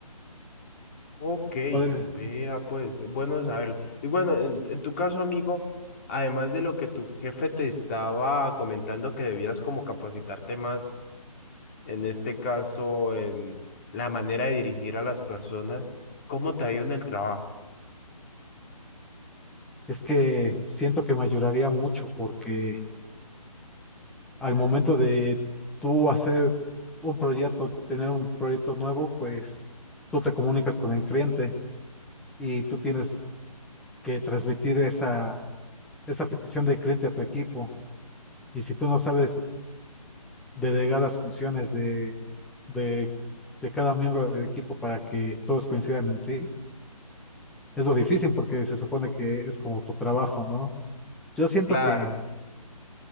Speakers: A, on the left; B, in the centre.
A: Ok,
B: Poder,
A: vea pues, bueno saberlo. Y bueno, en, en tu caso, amigo, además de lo que tu jefe te estaba comentando que debías como capacitarte más, en este caso, en la manera de dirigir a las personas, ¿cómo te ha ido en el trabajo?
B: es que siento que me ayudaría mucho porque al momento de tú hacer un proyecto, tener un proyecto nuevo, pues tú te comunicas con el cliente y tú tienes que transmitir esa, esa petición del cliente a tu equipo. Y si tú no sabes delegar las funciones de, de, de cada miembro del equipo para que todos coincidan en sí. Es lo difícil porque se supone que es como tu trabajo, ¿no? Yo siento
A: Claro.
B: que,